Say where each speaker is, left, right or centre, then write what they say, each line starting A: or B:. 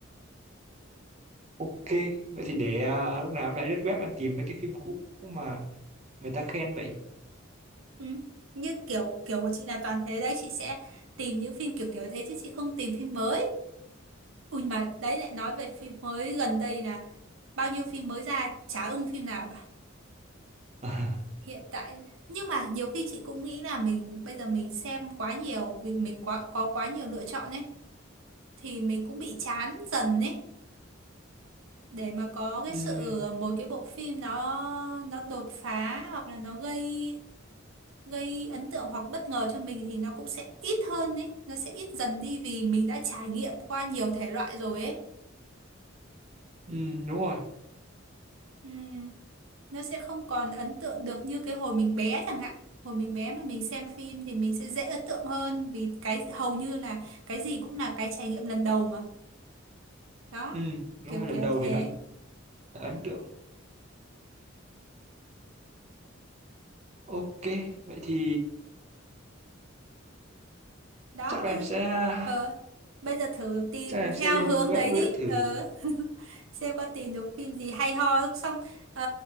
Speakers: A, on the right; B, on the right.
A: Ok, vậy thì để à, lúc nào em lại lướt web em tìm mấy cái phim cũ mà người ta khen vậy.
B: Ừ. Như kiểu kiểu của chị là toàn thế đấy chị sẽ tìm những phim kiểu kiểu thế chứ chị không tìm phim mới ui mà đấy lại nói về phim mới gần đây là bao nhiêu phim mới ra chả ưng phim nào cả
A: <laughs>
B: hiện tại nhưng mà nhiều khi chị cũng nghĩ là mình bây giờ mình xem quá nhiều vì mình quá có quá nhiều lựa chọn ấy thì mình cũng bị chán dần ấy để mà có cái
A: Ừ,
B: sự một cái bộ phim nó nó đột phá hoặc là nó gây gây ấn tượng hoặc bất ngờ cho mình thì nó cũng sẽ ít hơn ấy nó sẽ ít dần đi vì mình đã trải nghiệm qua nhiều thể loại rồi ấy
A: ừ, đúng rồi.
B: Ừm, nó sẽ không còn ấn tượng được như cái hồi mình bé chẳng hạn hồi mình bé mà mình xem phim thì mình sẽ dễ ấn tượng hơn vì cái hầu như là cái gì cũng là cái trải nghiệm lần đầu mà đó
A: Ừ, đúng
B: kiểu
A: rồi, lần
B: kiểu
A: đầu
B: thế
A: thì nó sẽ là ấn tượng. Ok, vậy thì
B: đó
A: chắc là
B: bây
A: em
B: giờ
A: sẽ
B: ờ, bây giờ thử tìm
A: chắc là em
B: theo
A: sẽ lên
B: hướng
A: web
B: đấy đi
A: lướt thử.
B: ờ <laughs> xem có tìm được phim gì hay ho không. xong ờ,